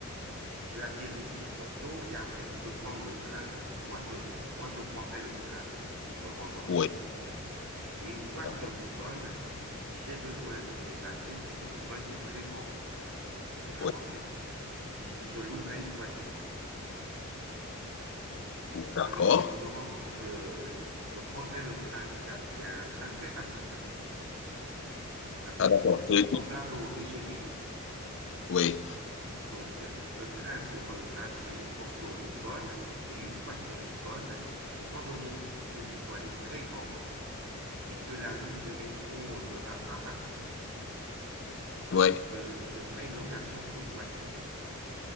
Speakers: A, on the right (about 65°); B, on the left (about 55°).
A: tu atterris sur Porto et après tu peux prendre le train. Moi, je, moi, je prendrai le train pour me rendre sur
B: Oui,
A: Lisbonne. Et une fois
B: d'accord.
A: sur Lisbonne, si j'ai besoin de me déplacer, parce que Lisbonne, c'est très grand, c'est vraiment
B: Oui,
A: très grand, si je je louerai une voiture,
B: d'accord.
A: ça veut dire je me rendre, je, je prendrai le train. Il y a, il y a un train très rapide, un peu
B: Ah, d'accord.
A: euh,
B: C'est-
A: semblable au TGV.
B: Oui,
A: Donc, le train pour le trajet Porto-Lisbonne, et une fois sur Lisbonne, étant donné qu'il- que Lisbonne est très grand et que la ligne de métro ne va pas partout,
B: oui.
A: je, je ferai une location pour une voiture.